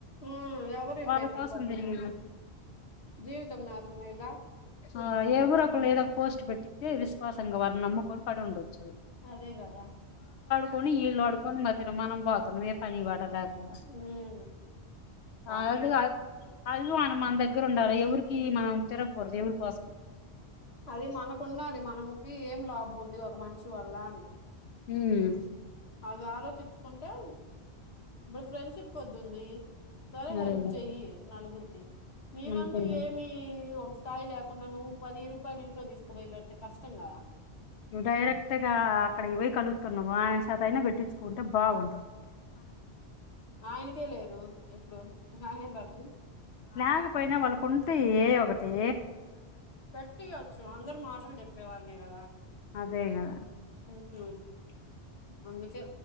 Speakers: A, on the left (about 70°); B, on the left (about 80°).
A: ఉమ్మ్ ఎవరం ఏం
B: వాళ్ళ
A: పెట్టి
B: కోసం
A: పోతున్న
B: తిరిగి
A: జీవితం నాశనం అయ్యేల
B: ఆ ఎవరు ఒకరు ఏదో ఒక పోస్ట్ పెట్టితే విశ్వాసంగా వాళ్ళని నమ్ముకొని పడి ఉండొచ్చు.
A: అదే కద
B: పోని ఈళ్ళు అడుక్కొని మధ్య లో మనం పోతున్నాం పని బాట లేకుండ
A: హ్మ్ అదే
B: అద్ అది అనుమానం మన దగ్గర ఉండాలె ఎవరికి మనం తిరగకూడదు దేవుడు కోసం
A: అది మనకుండాలి మనముకి ఏం లాభం ఉంది ఒక మనిషి వల్ల అని
B: ఉహ్మ్
A: అది ఆలోచించుకుంటే ఇప్పుడు ఫ్రెండ్షిప్ కొద్దుంది సరే
B: అదేగా
A: హెల్ప్ జెయ్యి నలుగురికి నీకంటూ
B: అంతేగా
A: ఏమి స్థాయి లేకుండా నువ్వు పది రూపాయలు ఇంట్లో తీసుకుపోయి పెడితే కష్టం గదా
B: నువ్వు డైరెక్ట్ గా అక్కడ బోయి కలుతున్నావు ఆయన చేత అయినా పెట్టించుకుంటే బాగుంటవు
A: ఆయనకే లేదు ఇప్పుడు ఆయన ఏం బెడతడు
B: లేకపోయినా వాళ్ళకు ఉంటాయి ఒకటీ
A: పెట్టియొచ్చు అందరు మాటలు చెప్పేవారనే గదా
B: అదే గదా
A: ఉమ్ అందుకే